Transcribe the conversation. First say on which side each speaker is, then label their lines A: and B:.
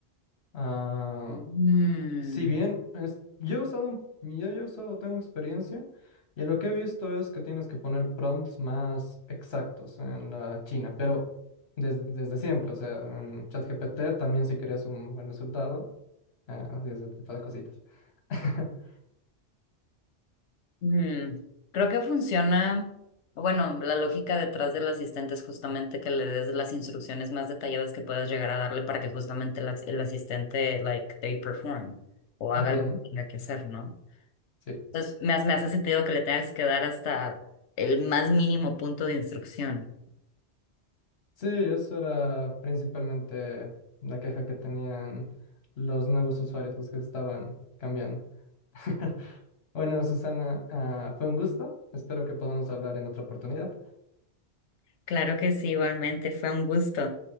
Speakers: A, on the left; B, on the left.
A: Ah,
B: Mm.
A: Si bien es, yo he usado, un- yo ya he usado, tengo experiencia, y lo que he visto es que tienes que poner prompts más exactos en la China, pero des- desde siempre, o sea, en ChatGPT también si querías un buen resultado, eh, así ese tipo de cositas. <laughs>
B: Mm, creo que funciona, bueno, la lógica detrás del asistente es justamente que le des las instrucciones más detalladas que puedas llegar a darle para que justamente el, as- el asistente, like, they perform o haga
A: Ujú,
B: lo que tenga que hacer, ¿no?
A: sí.
B: Entonces, me, hace- me hace sentido que le tengas que dar hasta el más mínimo punto de instrucción.
A: Sí, eso era principalmente la queja que tenían los nuevos usuarios, los que estaban cambiando. <laughs> Bueno, Susana, ah, fue un gusto. Espero que podamos hablar en otra oportunidad.
B: Claro que sí, igualmente, fue un gusto.